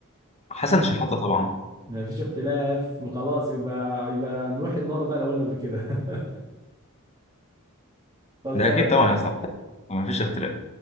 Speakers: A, on the left; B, on the right.
A: حسن شحاته طبعا
B: ما فيش اختلاف خلاص يبقى يبقى نروح النار بقى لو قلنا غير كده <laughs> خلصانه
A: ده اكيد
B: يا
A: طبعا
B: باشا
A: يا اسطى مفيش اختلاف